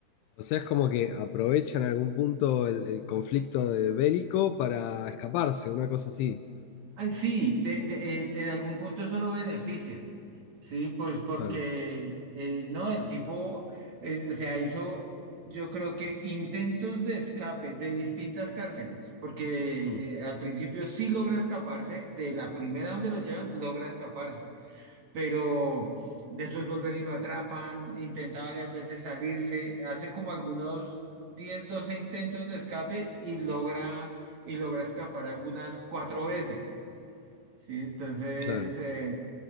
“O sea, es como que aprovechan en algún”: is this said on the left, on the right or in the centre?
Left